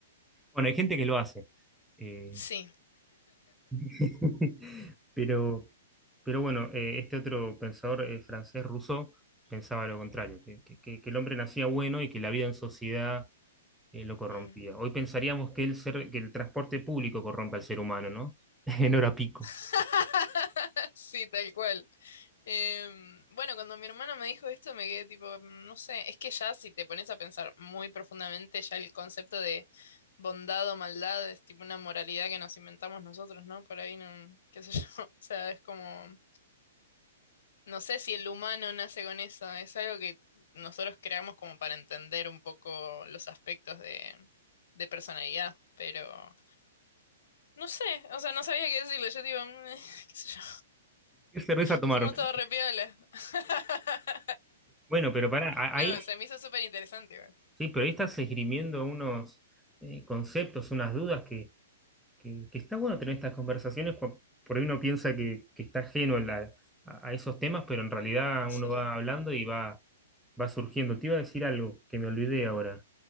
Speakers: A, in the centre; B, on the left.
A: Bueno, hay gente que lo hace. Eh,
B: Sí.
A: <laughs> Pero, pero bueno, eh, este otro pensador eh, francés, Rousseau, pensaba lo contrario, que, que- que- que el hombre nacía bueno y que la vida en sociedad eh, lo corrompía.
B: Mm.
A: Hoy pensaríamos que el, ser- que el transporte público corrompe al ser humano, ¿no? <laughs> En hora pico.
B: <laughs> Sí, tal cual. Em, bueno, cuando mi hermana me dijo esto, me quedé tipo, "Mm, no sé, es que ya si te pones a pensar muy profundamente, ya el concepto de bondad o maldad es tipo una moralidad que nos inventamos nosotros, ¿no? Por ahí, no, <laughs> qué sé yo, <laughs> o sea, es como, no sé si el humano nace con eso, es algo que nosotros creamos como para entender un poco los aspectos de, de personalidad, pero... No sé, o sea, no sabía qué decirlo, yo tipo, "Mm, <laughs> qué sé yo,
A: ¿Qué cerveza tomaron?
B: somos todos re piola. <laughs>
A: Bueno, pero pará, a-
B: No,
A: ahí,
B: se me hizo súper interesante, güey.
A: sí, pero ahí estás esgrimiendo unos eh, conceptos, unas dudas que, que está bueno tener estas conversaciones, cua- por ahí uno piensa que, que está ajeno a, la- a- a esos temas, pero en realidad
B: Sí.
A: uno va hablando y va, va surgiendo. Te iba a decir algo que me olvidé ahora.